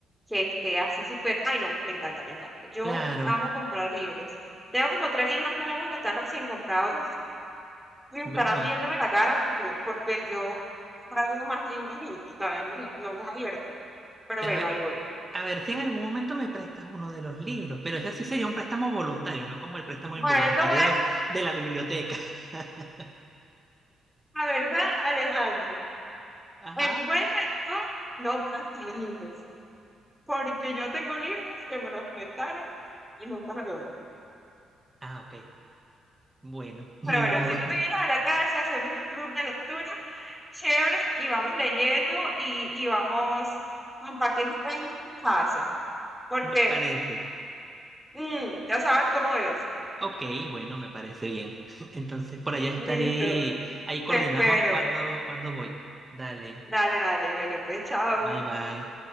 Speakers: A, in the centre; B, on the right.
A: que esté así súper, ay no, me encanta, me encanta. Yo
B: Claro,
A: amo comprar libros. Tengo como tres libros nuevos que están recién comprados y estarán
B: bueno,
A: viéndome la cara porque, porque yo traigo más libros y, y todavía no, no los he abierto. Pero bueno,
B: a ver,
A: ahí voy.
B: a ver si en algún momento me prestas uno de los libros, pero ese sí sería un préstamo voluntario, no como el préstamo
A: Bueno,
B: involuntario
A: yo te voy a
B: de,
A: decir
B: de la biblioteca. <laughs>
A: la verdad, Alejandro.
B: Ajá.
A: El buen lector no presta libros. Porque yo tengo libros que me los prestaron y nunca me devuelven.
B: Ah, ok, bueno, <laughs> ni
A: Pero bueno,
B: modo,
A: si tú te vienes a la casa, hacemos un club de lectura chévere y vamos leyendo y, y vamos compartiendo en mi casa.
B: <laughs>
A: Porque
B: me parece.
A: mm, ya sabes cómo es.
B: Ok, bueno, me parece bien. <laughs> Entonces, por allá estaré.
A: Listo,
B: Ahí coordinamos
A: te espero.
B: cuando, cuando voy. Dale,
A: Dale, dale. Bueno, pues chao.
B: bye bye.